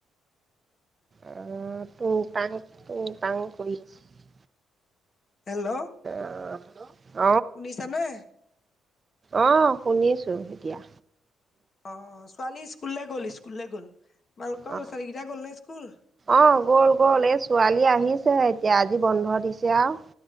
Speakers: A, on the right (about 30°); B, on the left (about 45°).
A: অ' তোৰ তং তোৰ তং কৰি আছে।
B: হেল্ল'।
A: আহ
B: শুনিছা নে?
A: আহ, শুনিছো এতিয়া।
B: অ 'ছোৱালী স্কুললৈ গ'ল, স্কুললৈ গ'ল। তোমালোকৰ
A: অ,
B: ল'ৰা ছোৱালী কেইটা গ'ল নে স্কুল
A: অ, গ'ল, গ'ল এই ছোৱালী আহি ছে, এতিয়া আজি বন্ধ দিছে আৰু